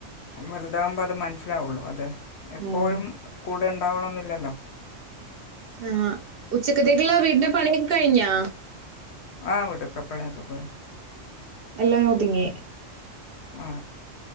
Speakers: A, on the left (about 65°); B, on the right (about 60°).
A: വല്താവ്മ്പോ അത് മൻസിലാവുള്ളൂ അതെ എപ്പോഴും
B: ഉം.
A: കൂടെണ്ടാവണംന്ന് ഇല്ലല്ലോ
B: ആഹ് ഉച്ചക്കത്തേക്ക്ള്ള വീട്ട്ൻ്റ പണിയെക്ക കഴിഞ്ഞാ
A: ആ ഇവിടിപ്പ പണിയെക്ക കഴി
B: എല്ലാ ഒത്ങ്ങി
A: ആ